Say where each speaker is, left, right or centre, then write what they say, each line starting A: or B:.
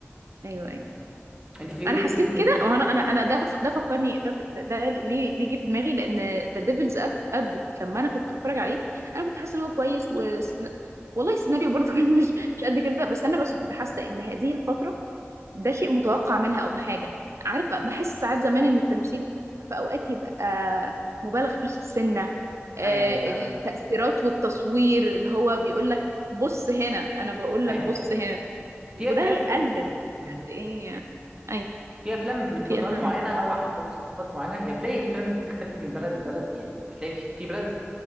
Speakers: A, on the right (about 80°); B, on the right (about 15°).
A: ايوه
B: بس
A: ايوه
B: انت في
A: انا حسيت
B: فيلم
A: كده وانا انا انا ده ف- ده فكرني ده ف- ده ليه ليه جه في دماغي لان ذا ديفلز ادفوكيت لما انا كنت بتفرج عليه انا كنت حاسه ان هو كويس وسن... والله السيناريو برضه <laughs> كان مش مش قد كده بس انا بس كنت
B: ايه
A: حاسه ان هذه الفتره ده شيء متوقع منها او حاجه عارف بحس ساعات زمان ان التمثيل في اوقات يبقى مبالغ فيه سنه آه،
B: ايوه ايوه فاهم
A: التأثيرات والتصوير اللي هو بيقول لك بص هنا انا بقول لك
B: ايوه
A: بص
B: ايوه
A: هنا وده
B: في افلام
A: هيقلل
B: م.
A: قد ايه اي
B: في افلام من فترات
A: في افلام
B: معينه
A: ايه
B: او او ثقافات معينه يعني بتلاقي الافلام بتختلف من بلد لبلد يعني بتلاقي في في بلد